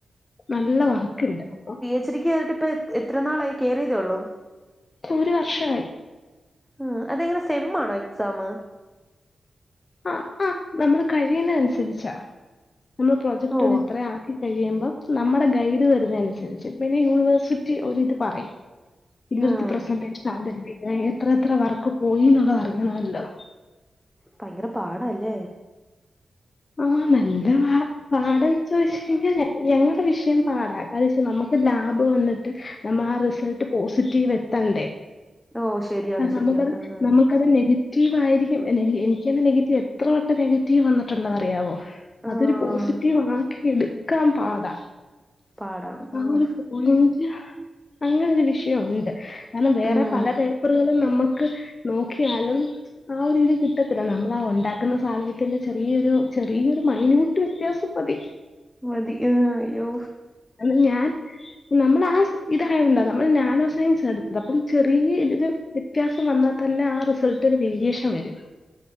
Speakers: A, on the left; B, in the centre.
A: നല്ല വർക്കിണ്ട് അപ്പൊ
B: <inaudible> റിട്ട് ഇപ്പോൾ എത്ര നാളായി കേറിയതെള്ളോ
A: ഒരു വർഷായി
B: ആഹ് അതെങ്ങനെ സെം ആണോ എക്സാമ്
A: ആഹ് ആഹ് നമ്മൾ കഴിയുന്ന അനുസരിച്ചാ നമ്മൾ പ്രൊജക്ട്
B: ഓഹ്
A: ഒരു ഇത്ര ഇത് കഴിയുമ്പം നമ്മുടെ ഗൈഡ് വരുന്ന അനുസരിച്ച് പിന്നെ യൂണിവേഴ്സിറ്റി ഒരിത് പറയും ഇല്ലടത്ത്
B: ഉം
A: പ്രസന്റേഷൻ ആവുന്നുണ്ട്‌ എത്ര എത്ര വർക്ക് പോയി എന്നുള്ളത് അറിയണല്ലോ
B: ഭയങ്കര പാടല്ലേ.
A: ആഹ് നല്ല പാടാ, പാടായെന്ന് ചോദിച്ച് കഴിഞ്ഞാൽ ഞങ്ങടെ വിഷയം പാടാ. അതെ പക്ഷേ നമുക്ക് ലാബ് വന്നിട്ട് നമ്മ ആ റിസൾട്ട് പോസിറ്റീവ് എത്തണ്ടേ
B: ഓഹ് ശരിയാണ്
A: ആഹ് നമക്കറി
B: ശരിയാണ് ആഹ്
A: നമ ഒരു നെഗറ്റീവായിരിക്കും എനിക്ക് തന്നേ നെഗറ്റീവ് എത്ര വട്ടം നെഗറ്റീവ് വന്നേ ണ്ടെന്ന് അറിയാവോ, അതൊരു
B: ആഹ്
A: പോസിറ്റീവ് ആക്കി എടുക്കാൻ പാടാ.
B: പാടാണ്
A: ആ
B: ഓഹ്
A: ഒരു കോളേജ് അങ്ങനെ ഒരു വിഷയം ഉണ്ട് കാരണം വേറെ
B: ഉം
A: പല പേപ്പറുകളും നമ്മു ക്ക് നോക്കിയാലും ആ ഒരിത് കിട്ടത്തില്ല നമ്മൾ ആ ഉണ്ടാക്കുന്ന സാധനത്തിന്റെ ചെറിയൊരു ചെറിയൊരു മൈന്യൂട്ട് വ്യത്യാസം മതി.
B: വേദനക്കണം അയ്യോ.
A: അല്ല ഞാൻ നമ്മൾ ആഹ് ഇതായതുണ്ട് നമ്മൾ നാനോ സയൻസ് എടുത്തത് അപ്പം ചെറിയ ഇതില്. വിത്യാസം വന്നാ തന്നെ ആ റിസൾട്ടിന് വേരിയേഷൻ വരും